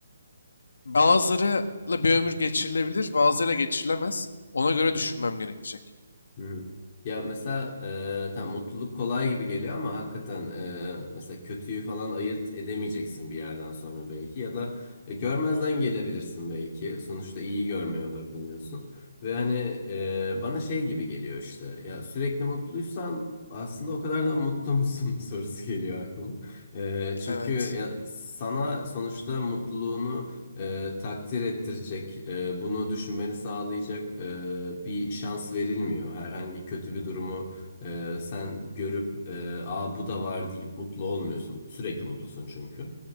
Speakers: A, on the left; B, on the left.
A: Bazılarıyla bir ömür geçirilebilir, bazılarıyla geçirilemez. Ona göre düşünmem gerekecek.
B: Hı hı. Ya mesela e, tam mutluluk kolay gibi geliyor ama hakikaten e, mesela kötüyü falan ayırt edemeyeceksin bir yerden sonra belki ya da e, görmezden gelebilirsin belki. Sonuçta iyi görmeye odaklanıyorsun ve hani e, bana şey gibi geliyor işte ya sürekli mutluysan aslında o kadar da mutlu musun <laughs> sorusu geliyor aklıma. E, çünkü
A: Evet,
B: ya sana sonuçta mutluluğunu e, takdir ettirecek, e, bunu düşünmeni sağlayacak e, bir şans verilmiyor. Herhangi kötü bir durumu e, sen görüp e, "Aa bu da var" deyip mutlu olmuyorsun. Sürekli mutlusun çünkü.